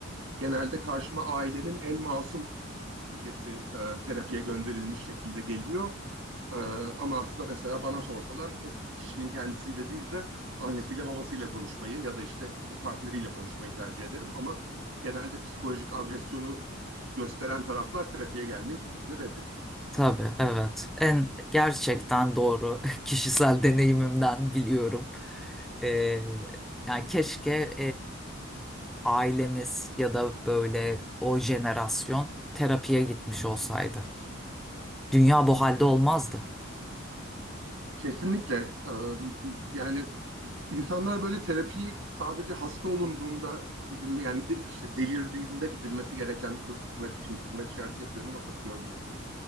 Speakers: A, on the right; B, in the centre.
A: genelde karşıma ailenin en masum üyesi e, terapiye gönderilmiş şekilde geliyor. E, ama aslında mesela bana sorsalar o kişinin kendisiyle değil de annesiyle babasıyla konuşmayı ya da işte partneriyle konuşmayı tercih ederim. Ama genelde psikolojik agresyonu gösteren taraflar terapiye gelmeyi tabii ki de reddediyorlar.
B: Tabii, evet. En gerçekten doğru <laughs> kişisel deneyimimden biliyorum. Ee, yani keşke ailemiz ya da böyle o jenerasyon terapiye gitmiş olsaydı. Dünya bu halde olmazdı.
A: Kesinlikle e, yani insanlar böyle terapiyi sadece hasta olunduğunda gidilme yani de- işte delirdiğinde gidilmesi gereken tırnak içinde tırnak işareti yapıyorum ama tabii görmüyorsun